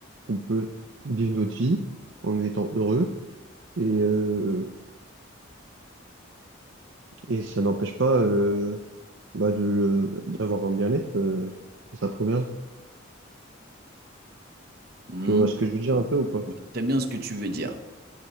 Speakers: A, on the right; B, on the right.
A: qu'on peut vivre notre vie en étant heureux et, euh, et ça n'empêche pas euh, bah, de, le- d'avoir un bien-être euh, dans sa première vie.
B: Hmm,
A: Tu vois ce que je veux dire un peu ou pas?
B: je vois Très bien ce que tu veux dire.